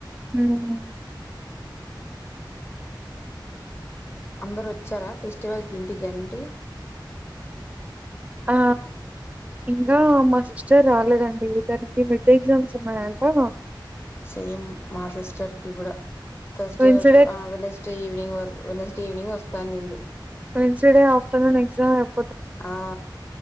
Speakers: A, on the right; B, on the left.
A: హ్మ్
B: అందరు వొచ్చారా ఫెస్టివల్ కి ఇంటికి అండి.
A: ఆ ఇంకా మా సిస్టర్ రాలేదండి, దానికి మెట్ ఎగ్జామ్స్ ఉన్నాయంటా.
B: సేమ్ మా సిస్టర్కి గుడ, థర్స్డే
A: వెన్స్డే
B: వరకు, అ వెనస్డే ఈవినింగ్ వరకు, వెనస్. ఈవినింగ్ వొస్తా అనింది.
A: వెన్స్డే ఆఫ్టర్నూన్ ఎగ్జామ్ ఎపు.
B: ఆ